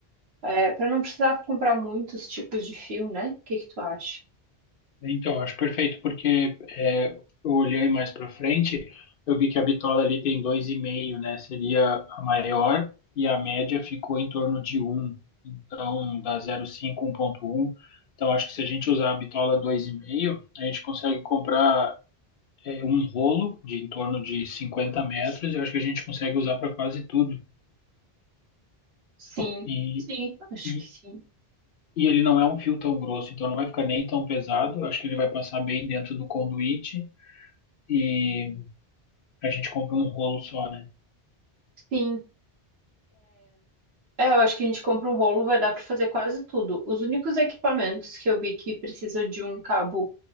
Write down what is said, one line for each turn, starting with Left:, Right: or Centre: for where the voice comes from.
Right: É, para não precisar comprar muitos tipos de fio, né? O que que tu acha?
Left: Então, acho perfeito, porque é, eu olhei mais para frente, eu vi que a bitola ali tem dois e meio, né? Seria a maior e a média ficou em torno de um, Então, dá zero vírgula cinco, um ponto um. Então, acho que se a gente usar a bitola dois e meio, a gente consegue comprar é, um rolo de em torno de 50 metros e eu acho que a gente consegue usar para quase tudo.
Right: Sim,
Left: E,
Right: sim, acho
Left: e,
Right: que sim.
Left: e ele não é um fio tão grosso, então não vai ficar nem tão pesado. Eu acho que ele vai passar bem dentro do conduíte. E A gente compra um rolo só, né?
Right: Sim. É, eu acho que a gente compra um rolo, vai dar para fazer quase tudo. Os únicos equipamentos que eu vi que precisa de um cabo